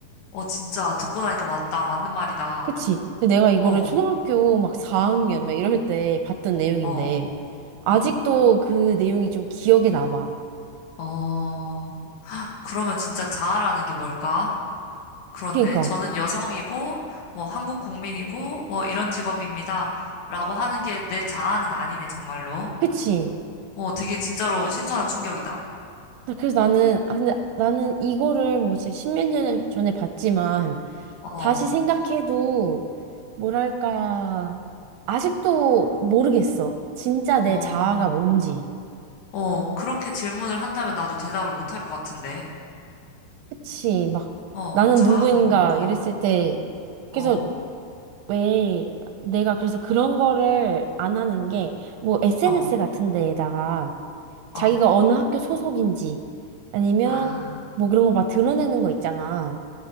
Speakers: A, on the left; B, on the right.
A: 어, 진짜 듣고 나니까 맞다. 맞는 말이다.
B: 그치? 근데 내가 이거를
A: 어,
B: 초등학교 막 4학년 막 이럴 때 봤던 내용인데,
A: 어.
B: 아직도
A: 응.
B: 그 내용이 좀 기억에 남아.
A: 어, 그러면 진짜 자아라는 게 뭘까? 그렇네.
B: 그니까.
A: 저는 여성이고, 뭐, 한국 국민이고, 뭐, 이런 직업입니다. 라고 하는 게 내 자아는 아니네, 정말로.
B: 그치?
A: 어, 되게 진짜로 신선한 충격이다.
B: 나- 그래서 나는, 아, 근데 나는 이거를 뭐 진짜 십몇 년 전에 봤지만,
A: 어,
B: 다시 생각해도, 뭐랄까, 아직도 모르겠어. 진짜 내
A: 어,
B: 자아가 뭔지.
A: 어, 그렇게 질문을 한다면 나도 대답을 못 할 것 같은데.
B: 그치? 막,
A: 어,
B: 나는
A: 자아가
B: 누구인가
A: 뭘까?
B: 이랬을 때,
A: 어,
B: 그래서 왜 내가 그래서 그런 거를 안 하는 게 뭐 SNS
A: 어,
B: 같은 데에다가
A: 어,
B: 자기가 어느 학교 소속인지 아니면
A: 아,
B: 뭐 그런 거 막 드러내는 거 있잖아.